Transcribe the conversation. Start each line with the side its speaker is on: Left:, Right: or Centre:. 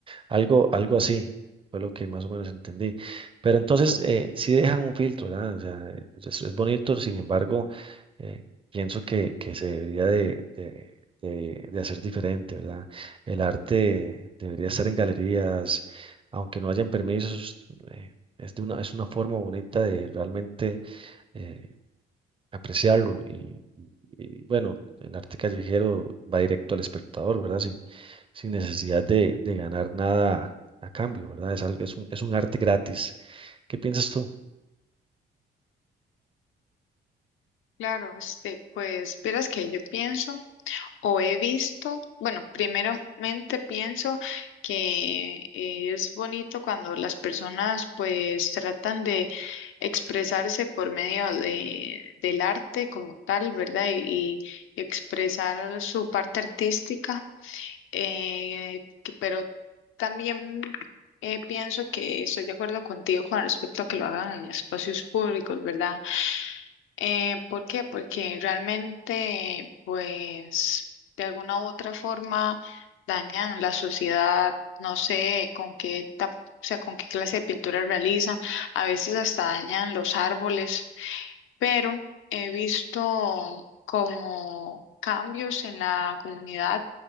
Right: Algo, algo así fue lo que más o menos entendí. Pero entonces eh, sí dejan un filtro, ¿verdad? O sea, eh, es, es bonito, sin embargo, eh, pienso que, que se debería de, de- de- de hacer diferente, ¿verdad? El arte debería estar en galerías, aunque no hayan permisos, eh, es de una, es una forma bonita de realmente eh, apreciarlo. Y, y- y, bueno, el arte callejero va directo al espectador, ¿verdad? Sin, sin necesidad de, de ganar nada a cambio, ¿verdad? Es, algo- es un, es un arte gratis. ¿Qué piensas tú?
Left: Claro, este, pues verás que yo pienso o he visto, bueno, primeramente pienso que eh, es bonito cuando las personas pues tratan de expresarse por medio de, del arte como tal, ¿verdad? y y expresar su parte artística. eh, que- pero también eh, pienso que estoy de acuerdo contigo con respecto a que lo hagan en espacios públicos, ¿verdad? Eh, ¿por qué? Porque realmente, pues, de alguna u otra forma dañan la sociedad, no sé con qué, tap- o sea, con qué clase de pintura realizan, a veces hasta dañan los árboles, pero he visto como cambios en la comunidad